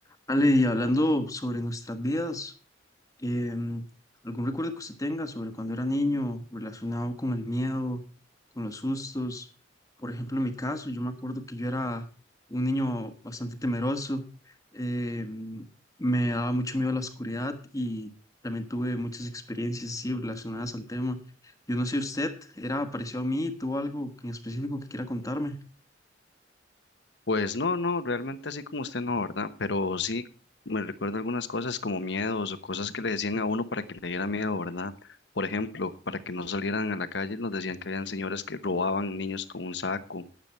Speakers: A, on the left; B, on the left.
A: Ale, y hablando sobre nuestras vidas, em, ¿algún recuerdo que usted tenga sobre cuando era niño relacionado con el miedo, con los sustos? Por ejemplo, en mi caso, yo me acuerdo que yo era un niño bastante temeroso, em, me daba mucho miedo la oscuridad y también tuve muchas experiencias así relacionadas al tema. Yo no sé, ¿usted era parecido a mí? ¿Tuvo algo en específico que quiera contarme?
B: Pues no, no, realmente así como usted no, ¿verdad? Pero sí me recuerdo algunas cosas como miedos o cosas que le decían a uno para que le diera miedo, ¿verdad? Por ejemplo, para que no salieran a la calle, nos decían que habían señores que robaban niños con un saco